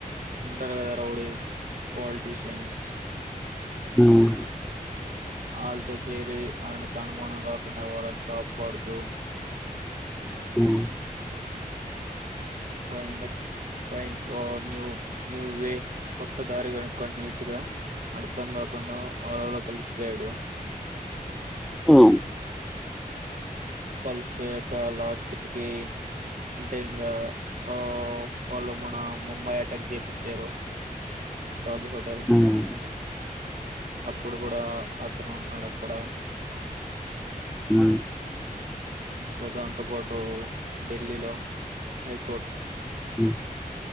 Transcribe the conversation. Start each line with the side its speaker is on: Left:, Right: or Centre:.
Right: ఉంటారు కదా రౌడీ పోల్ట్. టిఫిన్స్
Centre: మ్మ్
Right: అళ్ళతో చేరి ఆయనకు అనుమానం రాకుండా, వాళ్ళని కాపాడుతూ.
Centre: మ్మ్ <unintelligible>
Right: పోయిం <unintelligible> ఫైన్ ఓ న్యూ న్యూ వే కొత్త దారి కనుక్కొని నీట్ గా అర్థం గాకుండా ఓల లో కలిసిపోయాడు
Centre: వుమ్మ్
Right: కలిసిపోయాక లాస్ట్ కీ అంటే ఇంగా, ఆ వాళ్ళు మన ముంబాయి అటాక్ చేపిచ్చారు. తాజ్ హోటల్
Centre: హ్మ్.
Right: అప్పుడు కూడా అతను ఉన్నాడు అక్కడే
Centre: మ్మ్
Right: ఇంకా దాంతో పాటు ఢిల్లీలో హైకోర్ట్
Centre: అ